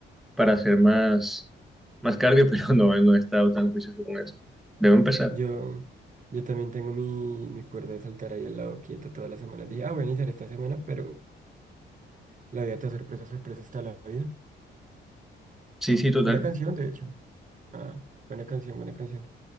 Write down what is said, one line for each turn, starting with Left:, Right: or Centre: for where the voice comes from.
Centre: para hacer más, más cardio, <laughs> pero no, no he estado tan juicioso con eso. Debo empezar.
Right: Yo, yo también tengo mi, mi cuerda de saltar ahí al lado quieta toda la semana. Dije, ah, voy a iniciar esta semana, pero la vida te da sorpresa, sorpresa está la vida.
Centre: Sí, sí, total.
Right: Buena canción, de hecho. Ah, buena canción, buena canción.